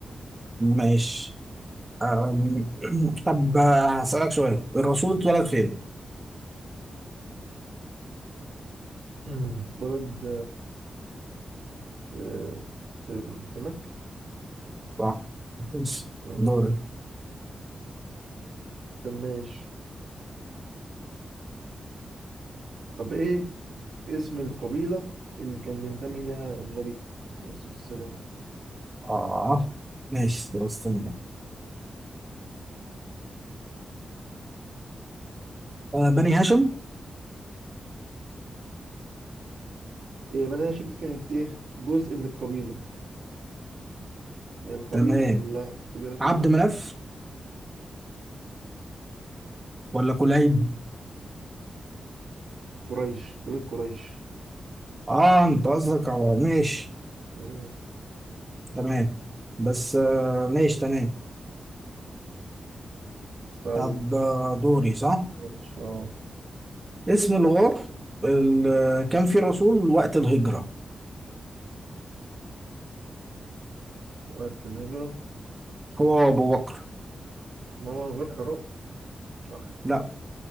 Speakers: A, on the right (about 20°); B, on the right (about 70°).
A: ماشي أم، طب آه، هسألك سؤال الرسول اتولد فين؟
B: مم. اتولد آه، في في مكة
A: صح ماشي
B: آه.
A: دوري
B: طب ماشي طب إيه اسم القبيلة اللي كان بينتمي إليها النبي عليه الصلاة والسلام؟
A: اه ماشي طب استنى بقى. آه، بني هاشم
B: هي بني هاشم دي كانت إيه جزء من القبيلة يعني القبيلة
A: تمام
B: كلها القبيلة كلها
A: عبد مناف ولا كليب؟
B: قريش قبيلة قريش
A: اه انت قصدك على ماشي
B: مم.
A: تمام بس آه، ماشي تمام
B: طيب
A: طب آه، دوري صح؟
B: ماشي اه
A: اسم الغار اللي كان فيه الرسول وقت الهجرة
B: وقت الهجرة
A: هو أبو بكر
B: ما هو غير حراء صح
A: لا